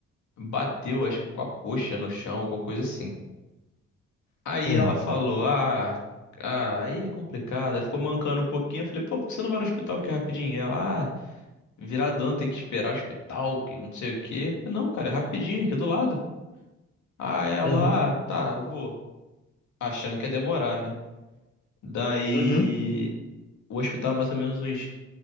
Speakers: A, on the left (about 80°); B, on the left (about 30°).
A: bateu, acho que com a coxa no chão, alguma coisa assim. Aí
B: Hum.
A: ela falou: Ah, ah, aí é complicado. Aí ficou mancando um pouquinho. Eu falei: Pô, por que você não vai no hospital aqui rapidinho? Ela, ah, viradão tem que esperar o hospital, que não sei o quê. Eu falei: Não, cara, é rapidinho, aqui do lado. Aí ela,
B: Uhum.
A: ah, tá, eu vou. Achando que ia demorar, né? Daí
B: Uhum.
A: o hospital é mais ou menos uns